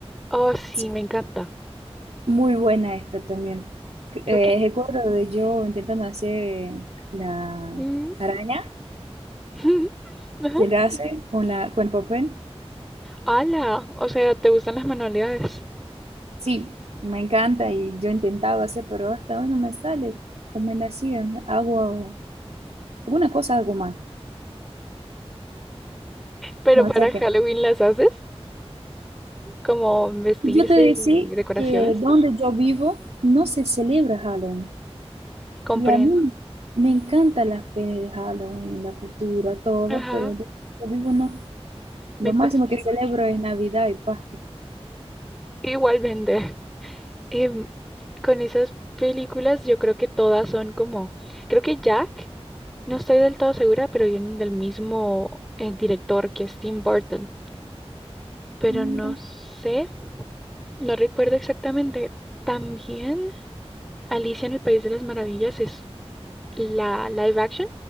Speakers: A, in the centre; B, on the right.
A: Oh, sí,
B: Sí,
A: me encanta.
B: muy buena esta también. Eh,
A: Creo que...
B: recuerdo de yo intentando hacer la
A: Mm.
B: araña.
A: <laughs> Ajá.
B: que él hace con la, con el papel.
A: Ala, o sea, ¿te gustan las manualidades?
B: Sí, me encanta y yo intentaba hacer, pero hasta hoy no me sale como él hacía. Hago alguna cosa, algo más.
A: Pero
B: No
A: para
B: sé qué.
A: Halloween las haces, como vestirse
B: Yo te decía
A: y decoraciones.
B: que donde yo vivo no se celebra Halloween.
A: Comprendo.
B: Y a mí me encantan las ferias de Halloween, la cultura, todo,
A: Ajá,
B: pero donde yo vivo no. Lo
A: me pasa
B: máximo
A: igual.
B: que celebro es Navidad y Pascua.
A: Igualmente. Em, con esas películas yo creo que todas son como, creo que Jack, no estoy del todo segura, pero vienen del mismo eh, director que es Tim Burton, pero
B: Mira,
A: no sé, no recuerdo exactamente. También Alicia en el País de las Maravillas es la live action,